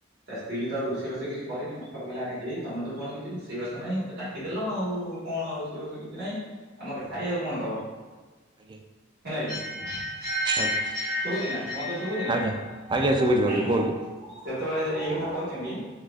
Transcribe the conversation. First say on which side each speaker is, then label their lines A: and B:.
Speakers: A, on the right; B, on the right.
A: ତା ସ୍ତ୍ରୀ ତ ଆଉ ରୋଷେଇବାସ କିଛି କରିନି ମାକଡ଼ କହିଲା ଆରେ ହେଇ ତମ ତ କଣ କିଛି ରୋଷେଇବାସ ନାହିଁ ମୋତେ ଡ଼ା କି ଦେଲ ଆଉ କଣ ରୋଷେଇ ବାସ କିଛି ନାହିଁ ଆଉ ମତେ
B: ଆଜ୍ଞା
A: ଖାଇବାକୁ କଣ ଦବ?
B: ଆଜ୍ଞା
A: ହେଲା କି ଶୁଭୁଛି
B: ଆଜ୍ଞା।
A: ନା ବନ୍ଧୁ ଶୁଭୁଛି ନା?
B: ଆଜ୍ଞା ଆଜ୍ଞା ଶୁଭୁଛି
A: ହୁଁ।
B: ବନ୍ଧୁ କୁହନ୍ତୁ।
A: ଯେତେବେଳେ ଏଇ କଥା କହିଛନ୍ତି